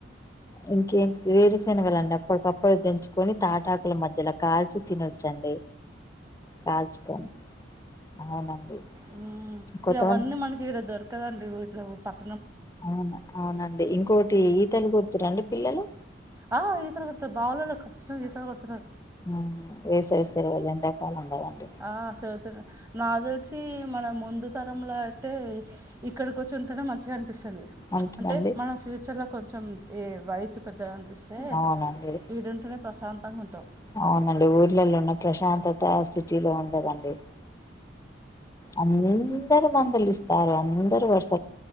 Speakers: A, on the left (about 15°); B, on the right (about 15°).
A: ఇంకేంటిది వేరు సేనగలండి అప్పటికప్పుడు దంచు కొని తాటాకుల మధ్యలో కాల్చి తినోచ్చండి కాల్చుకొని అవునండి
B: ఉమ్
A: కొత్త
B: ఇవన్నీ మనకి ఇడ దొరకదండి ఊర్లో ఇట్లా పక్క
A: అవును అవునండి ఇంకోటి ఈతలు కొడుతురండి పిల్లలు
B: ఆ ఈతలు కొడతారు బావిలల్లో కంపొల్సరీ ఈతలు కొడుతార్
A: ఉమ్ వేసవి సెలవలు ఎండాకాలం కదండీ
B: ఆ చదుతు నా తెలిసి మన ముందు తరంలో అయితే ఇక్కడికి వచ్చు మంచిగా అనిపిస్తుంది
A: అంతేనండి
B: అంటే మన ఫ్యూచర్ లో కొంచెం ఈ వయస్సు పెద్దగా అనిపిస్తే
A: అవునండి
B: ఈడుంటూనే ప్రశాంతంగా ఉంటాం
A: అవునండి ఊర్లల్లో ఉన్న ప్రశాంతత సిటీలో ఉండదండి అందరు మందలిస్తారు అందరు వర్స